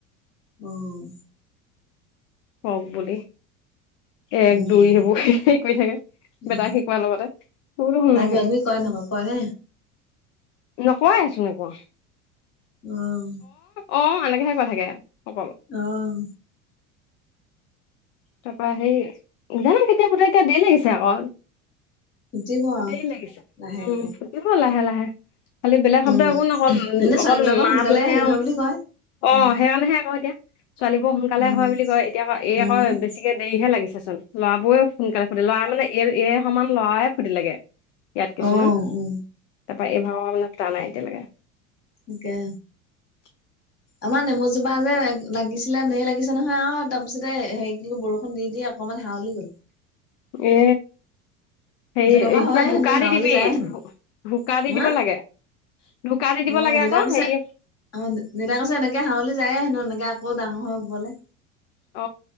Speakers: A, on the left (about 35°); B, on the left (about 60°).
A: উম
B: হওঁক বুলি এক
A: উম
B: দুই সেইবোৰ হে কৰি থাকে
A: উম
B: বেটাক শিকোৱাৰ লগতে তোৰ দেখোন
A: তাই
B: নাহে
A: কিবা কিবি কয় নকয় কয় নে
B: নোকোৱাই ছোন একো
A: উম
B: অঁ এনেকেহে কৈ থাকে অকল
A: অহ
B: তাৰপৰা সেই জানো কেতিয়া শুধে এতিয়া দেৰি লাগিছে আক
A: শিকিব আৰু
B: দেৰি লাগিছে
A: লাহেকে
B: উম ফুটিব লাহে লাহে খালি বেলেগ শব্দ
A: উম
B: একো নকও অকল
A: এনে
B: অকল
A: ছোৱালী বিলাকৰ
B: মাটোহে
A: সোনকালে হেৰি
B: আৱ
A: হয় বুলি কয়
B: অ
A: উম
B: সেইকাৰণেহে আকৌ এতিয়া ছোৱালীবোৰ সোনকালে
A: উম
B: হয় বুলি কয় এতিয়া এই
A: অ
B: আকৌ বেছি হে লাগিছে চোন লৰাবোৰে সোনকালে ফুটে লৰা মানে এই সমান লৰায়ে ফুটিলেগে ইয়াত কিছুমান
A: অ অ উ
B: তাৰপা এভাগওৰ মানে ফোটা নাই এতিয়ালৈকে
A: একে
B: <inaudible>
A: আমাৰ নেমু জোপা যে লাগিছিলে ধেৰ লাগিছে নহয় আৱ তাৰপিছতে হেৰি কি বৰষুণ দি দি অকমান হাউলি গ'ল।
B: এ হেৰি
A: তেনেকুৱা
B: কিবা
A: হয়ে
B: ঢুকা
A: হেনো হাৱলি
B: দি দিবি
A: যায় হেনো
B: ঢুকা দি
A: হা
B: দিব লাগে। ঢোকা দি দিব
A: অ
B: লাগে
A: দেউতা
B: আকৌ
A: কৈছে
B: হেৰি
A: অ দেতা কৈছে এনেকে হাউলি যায়ে হেনো এনেকে ক ডাঙৰ হবলে
B: অ